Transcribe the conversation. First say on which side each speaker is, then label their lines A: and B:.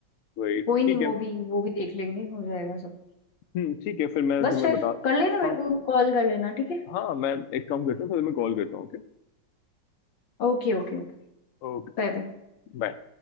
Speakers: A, on the left; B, on the left.
A: वही ठीक
B: कोई नहीं
A: है
B: वो भी वो भी देख लेंगे हो जाएगा सब
A: हम्म ठीक है फिर मैं
B: बस
A: तुम्हें
B: फिर
A: बता
B: कर लेना मेरे
A: हाँ
B: को कॉल कर लेना ठीक है
A: हाँ मैं एक काम करता हूँ फिर मैं कॉल करता हूँ ओके
B: Okay okay okay
A: Okay
B: Bye bye
A: bye.